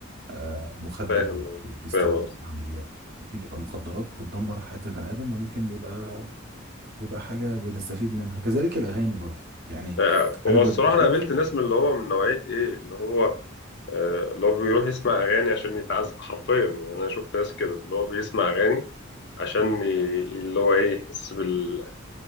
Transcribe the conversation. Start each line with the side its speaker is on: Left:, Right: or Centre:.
Right: آه، مخدر
Left: فاهم قصدي
Right: بيستخدم
Left: فاهم قصدي
Right: في عمليات ممكن يبقى مخدرات بتدمر حياه البني ادم وممكن يبقى يبقى حاجه بنستفيد منها كذلك الاغاني برضه يعني
Left: آه، هو
Right: انا ببقى
Left: الصراحة
Right: شايف
Left: انا قابلت ناس من اللي هو من نوعية ايه اللي هو آه، اللي هو بيروح يسمع اغاني عشان يتعذب حرفيا يعني انا شفت ناس كده اللي هو بيسمع اغاني عشان ي... اللي هو ايه يحس بال...